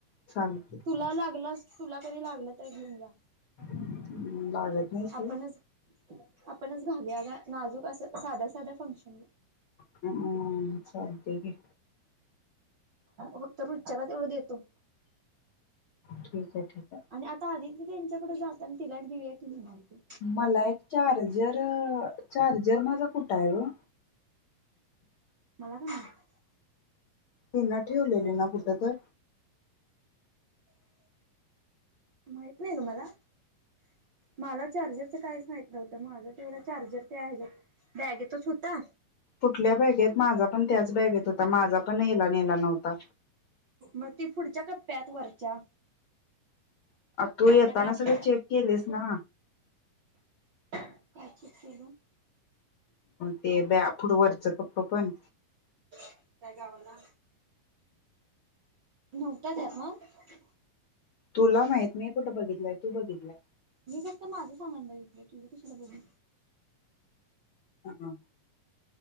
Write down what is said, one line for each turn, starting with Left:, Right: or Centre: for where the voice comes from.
Left: चालतंय
Right: तुला लागल तुला कधी लागलं तर घेऊन जा
Left: हम् वाजत नाही सोड.
Right: आपणच आपणच घालूया काय नाजूक असं साध साध्या फंक्शनला.
Left: हम्म चालतंय की
Right: फक्त रुचाला तेवढं देतो
Left: ठीक हाय ठीक हाय
Right: आणि आता आदिती त्यांच्याकडे जाताना तिला एक देऊया की म्हणालती
Left: मला एक चार्जर चार्जर माझा कुठं हाय गं?
Right: मला काय माहित?
Left: तीनं ठेवलेली ना कुठं तर?
Right: माहित नाही गं मला मला चार्जरच कायच माहित नव्हतं माझा तेवढा चार्जर त्या हेच्यात बॅगेतंच हुता
Left: कुठल्या बॅगेत माझा पण त्याच बॅगेत हूता माझा पण हेला नेला नव्हता
Right: मग ते पुढच्या कप्प्यात वरच्या
Left: तू
Right: त्या
Left: येताना
Right: बॅगेच्या
Left: सगळे चेक केलीस ना.
Right: काय चेक केलो
Left: ते ब्या पुढ वरचं कप्प पण.
Right: काय गावला नव्हता त्यात मग.
Left: तुला माहित मी कुठं बघितलंय तू बघितल्यास
Right: मी फक्त माझं सामाण बघितलं तुझं कशाला बघू
Left: ह.